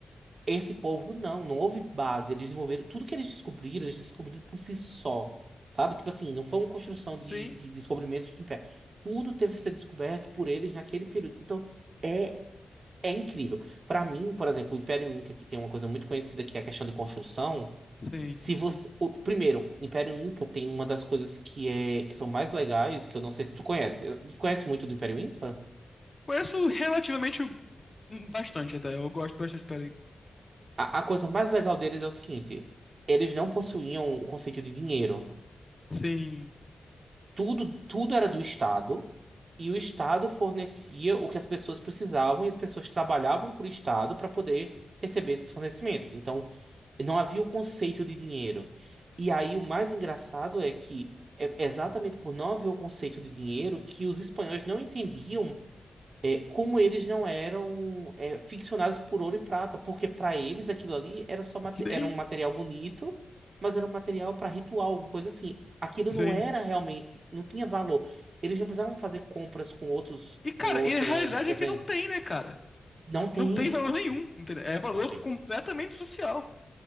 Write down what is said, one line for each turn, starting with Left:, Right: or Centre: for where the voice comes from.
Right: Esse povo não, não houve base. Eles desenvolveram tudo que eles descobriram, eles descobriram por si só, sabe? Tipo assim, não foi uma construção
Left: Sim,
Right: de, de descobrimentos de pé. Tudo teve que ser descoberto por eles naquele período. Então, é, é incrível. Para mim, por exemplo, o Império Inca, que tem uma coisa muito conhecida que é a questão de construção.
Left: sim,
Right: Se
Left: sim.
Right: você, o, primeiro, o Império Inca tem uma das coisas que é que são mais legais, que eu não sei se tu conhece. Tu conhece muito do Império Inca?
Left: Conheço relativamente hum, bastante até, eu gosto bastante do Império
Right: A, a coisa mais legal deles é o seguinte: eles não possuíam o conceito de dinheiro.
Left: Sim,
Right: tudo, tudo era do Estado e o Estado fornecia o que as pessoas precisavam e as pessoas trabalhavam para o Estado para poder receber esses fornecimentos. Então, não havia o conceito de dinheiro. E aí, o mais engraçado é que é exatamente por não haver o conceito de dinheiro que os espanhóis não entendiam é, como eles não eram é, ficcionados por ouro e prata, porque para eles aquilo ali era só mate-
Left: sim,
Right: era um material bonito, mas era um material para ritual, uma coisa assim. Aquilo
Left: sim.
Right: não era realmente, não tinha valor. Eles não precisavam fazer compras com outros,
Left: E, cara,
Right: com outras,
Left: e a realidade
Right: assim,
Left: é que não tem, né, cara?
Right: não
Left: Não
Right: tem,
Left: tem valor
Right: o-
Left: nenhum, entendeu? É valor
Right: não tem.
Left: completamente social.